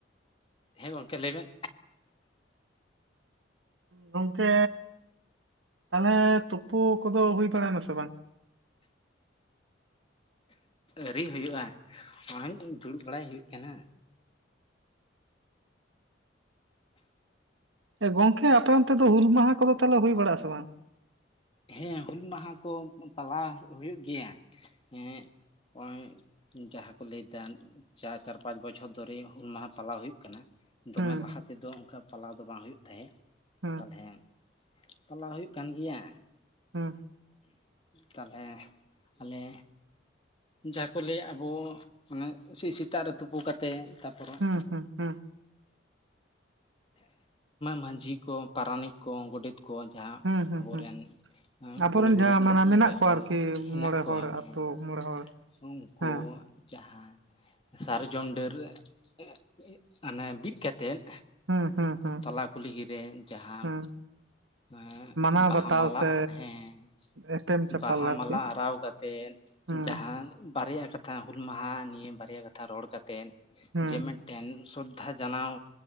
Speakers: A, on the left; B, on the right.
A: ᱦᱮᱸ ᱜᱚᱢᱠᱮ ᱞᱟᱹᱭ ᱵᱮᱱ?
B: ᱜᱚᱝᱠᱮ ᱛᱟᱦᱚᱞᱮ ᱛᱩᱯᱩ ᱠᱚᱫᱚ ᱦᱩᱭ ᱵᱟᱲᱟᱭ ᱱᱟ ᱥᱮ ᱵᱟᱝ?
A: ᱟᱹᱨᱤ ᱦᱩᱭᱩᱜ-ᱟ ᱱᱚᱜ-ᱚᱭ ᱫᱩᱲᱩᱵ ᱵᱟᱲᱟᱭ ᱦᱩᱭᱩᱜ ᱠᱟᱱᱟ᱾
B: ᱜᱚᱝᱠᱮ ᱟᱯᱮ ᱚᱱᱛᱮ ᱫᱚ ᱦᱩᱞ ᱢᱟᱦᱟ ᱠᱚᱫᱚ ᱛᱟᱦᱚᱞᱮ ᱦᱩᱭ ᱵᱟᱲᱟᱜ ᱟᱥᱮ ᱵᱟᱝ?
A: ᱦᱮᱸ ᱦᱩᱞ ᱢᱟᱦᱟ ᱠᱚ ᱯᱟᱞᱟᱣ ᱦᱩᱭᱩᱜ ᱜᱮᱭᱟ ᱦᱮᱸᱜ ᱚᱭ ᱡᱟᱦᱟᱸ ᱠᱚ ᱞᱟᱹᱭᱮᱫᱟ ᱪᱟᱨ ᱯᱟᱸᱪ ᱵᱚᱪᱷᱚᱨ ᱫᱷᱚᱨᱮ ᱦᱩᱞ ᱢᱟᱦᱟ ᱯᱟᱞᱟᱣ ᱦᱩᱭᱩᱜ ᱠᱟᱱᱟ ᱫᱚᱢᱮ
B: ᱦᱩᱸ
A: ᱞᱟᱦᱟ ᱛᱮᱫᱚ ᱚᱱᱠᱟ ᱯᱟᱞᱟᱣ ᱫᱚ ᱵᱟᱝ ᱦᱩᱭᱩᱜ ᱛᱟᱦᱮᱸᱫ
B: ᱦᱩᱸ
A: ᱛᱟᱦᱚᱞᱮ ᱯᱟᱞᱟᱣ ᱦᱩᱭᱩᱜ ᱠᱟᱱ ᱜᱮᱭᱟ᱾
B: ᱦᱩᱸ
A: ᱛᱟᱦᱚᱞᱮ ᱟᱞᱮ ᱡᱟᱦᱟᱸ ᱠᱚ ᱞᱟᱹᱭᱟ ᱟᱵᱚ ᱢᱟᱱᱮ ᱥᱤᱥᱤ ᱥᱮᱛᱟᱜ ᱨᱮ ᱛᱩᱯᱩ ᱠᱟᱛᱮᱫ ᱛᱟᱯ ᱛᱚᱨ <unintelligible>
B: ᱦᱩᱸ ᱦᱩᱸ ᱦᱩᱸ
A: ᱢᱟᱹᱡᱷᱤ ᱠᱚ, ᱯᱟᱨᱟᱱᱤᱠ ᱠᱚ, ᱜᱚᱰᱮᱛ, ᱠᱚ ᱡᱟᱦᱟᱸ
B: ᱦᱩᱸ ᱦᱩᱸ
A: ᱟᱵᱚᱨᱮᱱ
B: ᱦᱩᱸ ᱟᱵᱚᱨᱮᱱ
A: ᱜᱩᱱᱤ ᱜᱩᱨᱩ
B: ᱡᱟᱦᱟᱸ ᱢᱟᱱᱮ ᱢᱮᱱᱟᱜ
A: ᱢᱚᱬᱮ
B: ᱠᱚᱣᱟ
A: ᱦᱚᱲ
B: ᱟᱨᱠᱤ
A: ᱦᱮᱱᱟᱜ
B: ᱢᱚᱬᱮ
A: ᱠᱚᱣᱟ
B: ᱦᱚᱲ
A: ᱦᱮᱸ
B: ᱟᱛᱳ ᱢᱚᱬᱮ ᱦᱚᱲ
A: ᱩᱱᱠᱩ
B: ᱦᱮᱸ
A: ᱡᱟᱦᱟᱸ ᱥᱟᱨ ᱡᱚᱢ ᱰᱟᱹᱨ <unintelligible> ᱚᱱᱮ ᱵᱤᱫ ᱠᱟᱛᱮᱫᱼᱼ
B: ᱦᱩᱸ ᱦᱩᱸ ᱦᱩᱸ
A: ᱛᱟᱞᱟ ᱠᱩᱞᱦᱤ ᱨᱮ ᱡᱟᱦᱟᱸ,
B: ᱦᱩᱸ
A: ᱮᱸ
B: ᱢᱟᱱᱟᱣ
A: ᱵᱟᱦᱟ
B: ᱵᱟᱛᱟᱣ
A: ᱢᱟᱞᱟᱼᱼ
B: ᱥᱮ
A: ᱦᱮᱸ,
B: ᱮᱯᱮᱢ ᱪᱟᱯᱟᱞ
A: ᱵᱟᱦᱟ
B: ᱟᱨᱠᱤ
A: ᱢᱟᱞᱟ ᱟᱨᱟᱣ ᱠᱟᱛᱮᱫ
B: ᱦᱩᱸ
A: ᱡᱟᱦᱟᱸ ᱵᱟᱨᱭᱟ ᱠᱟᱛᱼᱺ ᱟ ᱦᱩᱞ ᱢᱟᱦᱟ ᱱᱤᱭᱟᱹ ᱵᱟᱨᱭᱟ ᱠᱟᱛᱷᱟ ᱨᱚᱲ ᱠᱟᱛᱮᱫ
B: ᱦᱩᱸ
A: ᱡᱮ ᱢᱤᱫᱴᱮᱱ ᱥᱨᱚᱫᱽᱫᱷᱟ ᱡᱟᱱᱟᱣᱼᱼ